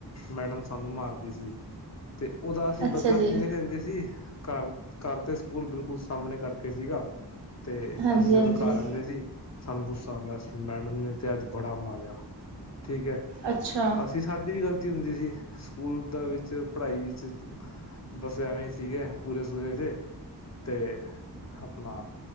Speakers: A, on the left (about 40°); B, on the right (about 80°).
A: ਮੈਡਮ ਸਾਨੂੰ ਮਾਰਦੀ ਸੀ। ਤੇ ਓਦਾ ਅਸੀਂ
B: ਅੱਛਾ
A: ਬਦਲਾ
B: ਜੀ
A: ਕਿਵੇਂ ਲੈਂਦੇ ਸੀ ਘਰ-ਘਰ ਤੇ ਸਕੂਲ ਬਿਲਕੁਲ ਸਾਮਣੇ ਕਰਕੇ ਸੀਗਾ। ਤੇ
B: ਹਾਂਜੀ
A: ਅਸੀਂ ਜਦੋਂ
B: ਹਾਂਜੀ
A: ਘਰ ਆਂਦੇ ਸੀ। ਸਾਨੂੰ ਗੁੱਸਾ ਆਂਦਾ ਸੀ ਮੈਡਮ ਨੇ ਤੇ ਅੱਜ ਬੜਾ ਮਾਰਿਆ। ਠੀਕ ਆ।
B: ਅੱਛਾ
A: ਅਸੀਂ ਸਾਡੀ ਵੀ ਗ਼ਲਤੀ ਹੁੰਦੀ ਸੀ। ਸਕੂਲ ਦਾ ਵਿੱਚ ਪੜ੍ਹਾਈ ਵਿੱਚ। ਬਸ ਐਵੇਂ ਈ ਸੀਗੇ ਪੂਰੇ ਸੂਰੇ ਜੇ। ਤੇ ਆਪਣਾ